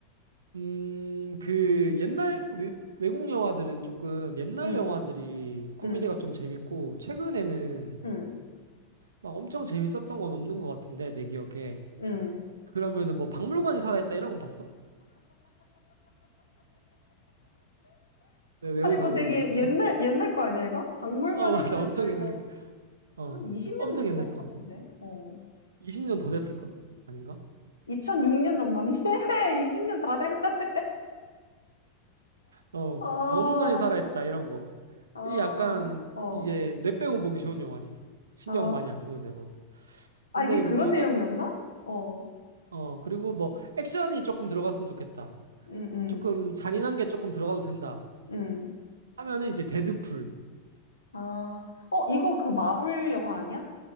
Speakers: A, on the right; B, on the left.
A: 음, 그 옛날 외, 외국 영화들은 조금 옛날
B: 응,
A: 영화들이 코미디가
B: 응,
A: 좀 재밌고 최근에는
B: 응,
A: 막 엄청 재밌었던 건 없는 것 같은데 내 기억에.
B: 응.
A: 그러면은 뭐 박물관에 살아있다 이런 거 봤어? 왜, 왜
B: 아,
A: 웃어,
B: 이거
A: 왜
B: 되게
A: 웃어? <laughs>
B: 옛날, 옛날 거 아니야, 이거? 박물관이
A: 어, 맞아.
B: 살아있다,
A: 엄청
B: 이거.
A: 옛날, 어,
B: 한 20년
A: 엄청
B: 된
A: 옛날
B: 것
A: 거.
B: 같은데? 어.
A: 20년 더 됐을걸? 아닌가?
B: 2006년 정도 맞네? <laughs> 20년 다 돼가네.
A: 어,
B: 아,
A: 박물관에 살아있다 이런 거.
B: 아,
A: 이 약간
B: 어.
A: 이제 뇌 빼고 보기 좋은 영화지. 신경
B: 아,
A: 많이 안 써도 되고.
B: 아,
A: 근데
B: 이게
A: 이제
B: 그런
A: 또,
B: 내용이었나?
A: 액,
B: 어,
A: 어, 그리고 뭐 액션이 조금 들어갔으면 좋겠다.
B: 응응
A: 조금 잔인한 게 조금 들어가도 된다.
B: 응 응.
A: 하면은 이제 데드풀.
B: 아, 어, 이거 그 마블 영화 아니야?